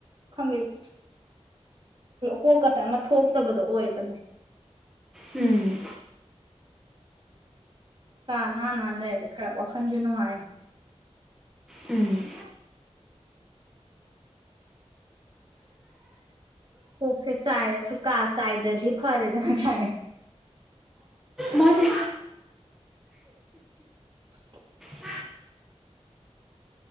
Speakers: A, on the right; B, in the centre.
A: ꯈꯪꯗꯦꯔ ꯀꯣꯛꯀꯁꯦ ꯑꯃ ꯊꯣꯛꯇꯕꯗꯣ ꯑꯣꯏꯕꯅꯦ
B: ꯎꯝ
A: ꯀꯥ ꯅ ꯅ ꯂꯩꯔ ꯈꯔ ꯋꯥꯈꯟꯖꯅꯣꯑ
B: ꯎꯝ
A: ꯀꯣꯛꯁꯦ ꯆꯥꯏꯔꯁꯨ ꯀꯥ ꯆꯥꯏꯗ꯭ꯔꯗꯤ ꯐꯔꯦꯗ ꯆꯥꯏ
B: ꯃꯥꯅꯦ
A: <inaudible>
B: ꯑ